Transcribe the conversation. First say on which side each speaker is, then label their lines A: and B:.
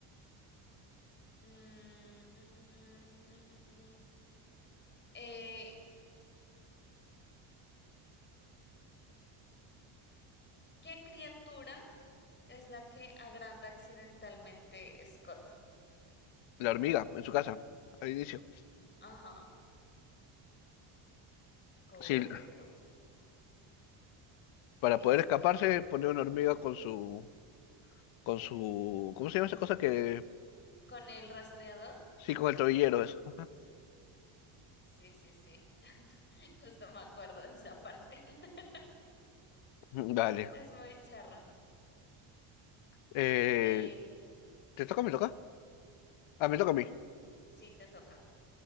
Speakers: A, on the left; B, on the left.
A: Mm, mm, mm, mm, mm, mm, mm. Eh, ¿qué criatura es la que agranda accidentalmente Scott?
B: La hormiga, en su casa, al inicio.
A: Ajá, correcto.
B: Sí, para
A: Este,
B: poder escaparse, pone una hormiga
A: ay,
B: con su, con su, ¿cómo se llama esa cosa que,
A: con el rastreador.
B: sí, con el tobillero, eso. Ajá.
A: Sí, sí, sí. <laughs> Justo me acuerdo de esa parte. <laughs>
B: Dale.
A: Es muy charra.
B: Eh,
A: Este,
B: ¿te toca o me toca? Ah, me toca a mí.
A: sí, te toca.